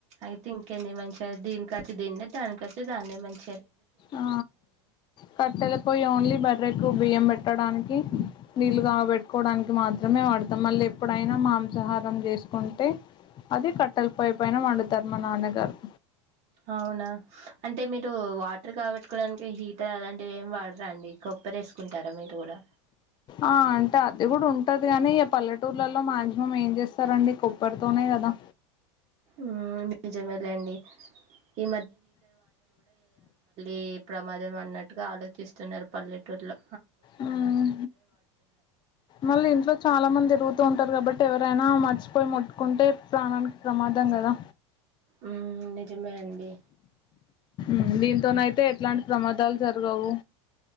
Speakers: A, on the right; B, on the left.
A: అయితే ఇంకేంది మంచిగాది దీనికి కచ్చి దీన్నే దానికి కచ్చ దాన్నే మంచి
B: ఆ కట్టెల పోయి ఓన్లీ బర్రెకు బియ్యం పెట్టడానికి నీళ్ళుగాబెట్టుకోవడానికి మాత్రమే వాడతాం మళ్ళీ ఎప్పుడైనా మాంసాహారం చేసుకుంటే అది కట్టలపొయ్యి పైన వండుతారు మా నాన్నగారు
A: అవునా అంటే మీరు వాటర్ కాబట్టుకోవడానికి హీటర్ అలాంటివి ఏమి వాడరా అండి ప్పరేసుకుంటారా మీరు కూడా
B: ఆ అంటే అది కూడా ఉంటది గానీ ఈగ పల్లెటూర్లలో మాక్సిమం ఏం చేస్తారండి కుప్పరితోనే కదా
A: మ్మ్ నిజమేలేండి ఈ ఈ ప్రమాదం అన్నట్టుగా ఆలోచిస్తున్నారు పల్లెటుర్లో
B: ఉమ్ మళ్ళీ ఇంట్లో చాలా మంది రుగుతు ఉంటరు కాబట్ టీ ఎవరైనా మర్చిపోయి ముట్టుకుంటే ప్రాణానికి ప్రమాదం కదా
A: ఉ నిజమే అండి
B: ఉమ్ దీంతోనైతే ఎట్లాంటి ప్రమాదాలు జరగవు